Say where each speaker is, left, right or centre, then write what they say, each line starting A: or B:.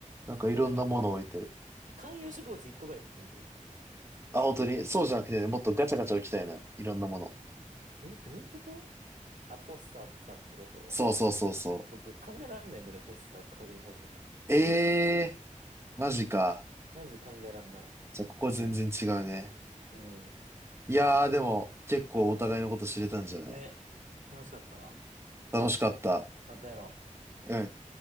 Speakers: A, on the right (about 20°); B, on the right (about 80°).
A: う。なんかいろんなものを置いてる。
B: でもなんか、観葉植物1個ぐらいだって全然いい。
A: あ、本当にそうじゃなくてね、
B: うん。
A: もっとガチャガチャ置きたいな。いろんなもの。
B: え、どういうことあ、ポスターとかってこと
A: そうそうそうそ
B: 僕考えらんないんだよね、ポスター壁に貼るとか。
A: う。ええー、マジか。
B: マジ考えらんない。
A: じゃあ、ここ全然違うね。
B: うん。
A: いやー、でも、結構お互いのこと知れたんじゃない
B: ね。楽しかったわ。
A: 楽しかった。
B: またやろう。
A: うん。